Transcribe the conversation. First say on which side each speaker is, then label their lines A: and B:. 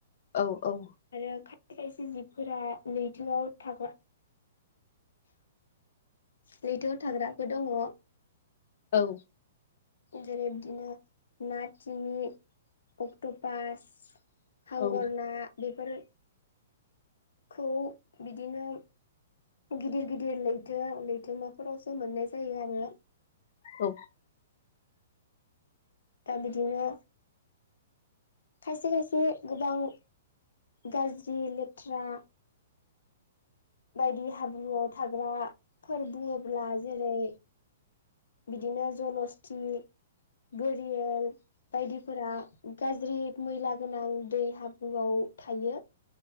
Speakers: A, on the left (about 55°); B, on the left (about 85°).
A: औ औ।
B: आरो खायसे खायसे जिबफोरा लैथोआव थाग्रा लैथोआव थाग्राबो दंङो
A: औ
B: जेरै बिदिनो नाथिनि अक्ट' पास
A: औ
B: हांगर ना बेफोर खौ बिदिनो गिदिर गिदिर लैथो लैथोमाफोरावसो मोननाय जायो आङो
A: औ
B: दा बिदिनो खायसे खायसे गोबां गाज्रि लेथ्रा बायदि हाब्रुआव थाग्राफोर बुङोब्ला जेरै बिदिनो जलस्थि गोरियेल बायदिफोरा गाज्रि मैला गोनां दै हाब्रुआव थायो।